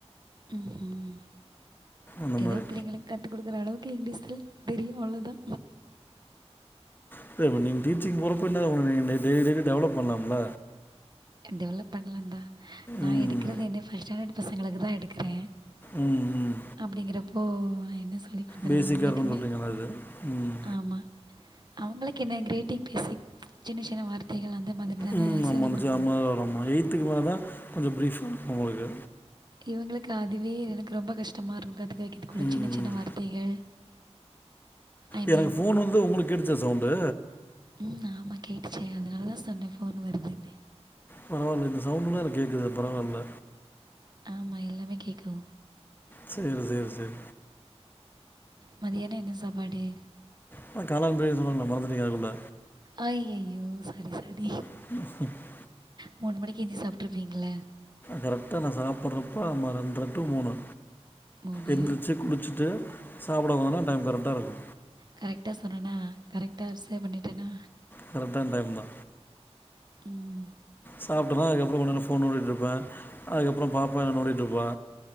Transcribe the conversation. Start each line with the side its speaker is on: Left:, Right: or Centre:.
Right: ம் ஹும்
Left: அந்த
Right: எதோ
Left: மாதிரி
Right: புள்ளைங்களுக் கத்துகுடுக்குற அளவுக்கு இங்லீஷ்ல தெரியு அவ்ளதா
Left: இல்ல ப்ப நீங்க டீச்சிங் போறப்ப என்ன உங்ளுக்கு நீங்க டெ டெய்லி டெய்லி டெவலப் பண்லாம்ல
Right: டெவலப் பண்லாந்தா நா
Left: ம்
Right: எடுக்குறது என்ன ஃபர்ஸ்ட் ஸ்டாண்டட் பசங்களுக்குதா எடுக்குறே
Left: ம் ம்
Right: அப்டிங்கறப்போ நா என்ன சொல்லி குடுக்குறது
Left: பேசிக்காக
Right: அவுங்களுக்குமே
Left: இருக்கும்னு சொல்கிறீங்களா அது ம்
Right: ஆமா அவுங்களுக்கு என்ன கிரீட்டிங் பேஸிக் சின்ன சின்ன வார்த்தைகள் அந்த மாத்ரி தான
Left: ம்
Right: சொல்லிக் குடுக்
Left: <unintelligible> எயித்துக்கு மேலதா கொஞ்சோ ப்ரீஃபா இருக்கு ஒங்களுக்கு
Right: இவுங்களுக்கு அதுவே எனக்கு ரொம்ப கஷ்டமாருக்கு கத்துக்க வெக்கதுக்குள்ள
Left: ம்
Right: சின்ன சின்ன
Left: ம்
Right: வார்த்தைகள் ஐ
Left: எனக்கு
Right: மீன்
Left: ஃபோன் வந்து ஒங்களுக் கேட்டுச்சா சவுண்டு
Right: ம் ஆமா கேட்டுச்சே அதனாலதா சொன்னே ஃபோன் வருதுன்னு
Left: பரவால்ல இந்த சவுண்டெல்லா எனக்கேக்குதே பரவால்ல
Right: ஆமா எல்லாமே கேக்கு
Left: சேர் சேர் சேரி
Right: மதியானோ என்ன சாப்பாடு
Left: அதா காளான் பிரியாணி சொன்னன்ல மறந்துட்டீங்ளா அதுக்குள்ள
Right: அய்யய்யோ சாரி சாரி
Left: ஸ <unintelligible>
Right: மூனு மணிக்கு எஞ்சி சாப்ட்டுருப்பீங்கள
Left: கரெக்டா நா சாப்ட்றப்பா அமா ரெண்டர டூ மூனு
Right: மூணு
Left: எந்திரிச்சு குளிச்சிட்டு சாப்ட உக்காந்தானா டைம் கரெக்டா இருக்கு
Right: கரெக்டா சொன்னேன்னா கரெக்டா <unintelligible> பண்ணிட்டேன்னா
Left: கரட்க்டான டைம் தா
Right: ம்
Left: சாப்ட்டன்னா அதுக்கப்பறோ கொஞ்ச நேர ஃபோன் நோன்டிட்டு இருப்பே அதுக்கப்பறோ பாப்பா என்ன நோன்டிட்டு இருப்பா